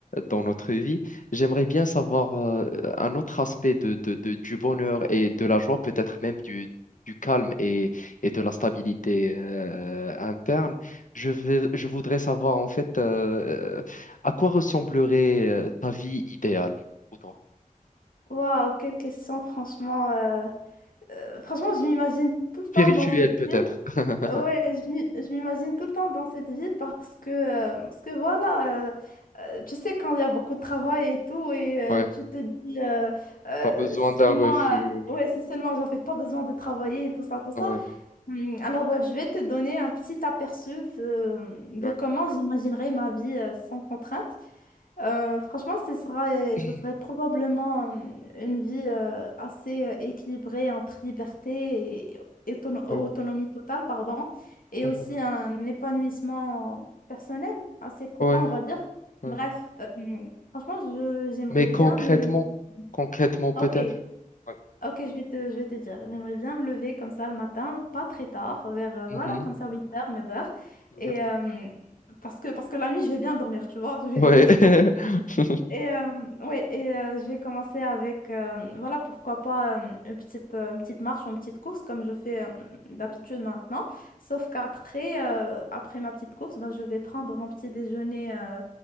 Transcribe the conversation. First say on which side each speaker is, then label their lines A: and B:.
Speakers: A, on the left; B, on the left.
A: dans notre vie, j'aimerais bien savoir euh, un autre aspect de, de- de- du bonheur et de la joie, peut-être même du, du calme et, et de la stabilité euh, interne. Je vais, je voudrais savoir en fait euh, à quoi ressemblerait euh, ta vie idéale pour toi.
B: Waouh, quelle question, franchement. euh, euh, franchement, je m'imagine tout le temps
A: Spirituel
B: dans cette
A: peut-être.
B: vie.
A: <laughs>
B: Ouais, je m'i- je m'imagine tout le temps dans cette vie parce que, euh, parce que voilà, euh, euh, tu sais, quand il y a beaucoup de travail et tout, et euh,
A: Ouais,
B: tu te dis, euh, euh,
A: t'as besoin
B: si
A: d'un
B: seulement,
A: refuge.
B: euh, ouais, si seulement j'avais pas besoin de travailler et tout ça, tout ça.
A: Ouais,
B: Hum, Alors, bref, je vais te donner un petit aperçu de, de
A: ouais.
B: comment j'imaginerais ma vie euh, sans contrainte. Euh, franchement, ce sera, euh,
A: <clears throat>
B: ce serait probablement euh, une vie euh, assez euh, équilibrée entre liberté et autono- autonomie
A: Ouais.
B: totale, pardon, et
A: mhm.
B: aussi un épanouissement personnel assez profond,
A: Ouais,
B: on va dire.
A: ouais.
B: Bref, euh, franchement, je- j'aimerais
A: Mais concrètement,
B: bien me lever.
A: concrètement peut-être.
B: Ok,
A: Ouais.
B: ok, je vais te, je vais te dire. J'aimerais bien me lever comme ça le matin, pas très tard, vers, euh,
A: Mhm.
B: voilà, comme ça, huit heures neuf heures
A: Exact.
B: Et, euh, parce que, parce que la nuit, je vais bien dormir, tu vois, je vais
A: Ouais.
B: dormir
A: <laughs>
B: tôt. Et euh, ouais, et euh, je vais commencer avec, euh, voilà, pourquoi pas euh, une petite, euh, une petite marche ou une petite course comme je fais euh, d'habitude maintenant. Sauf qu'après, euh, après ma petite course, ben, je vais prendre mon petit déjeuner euh,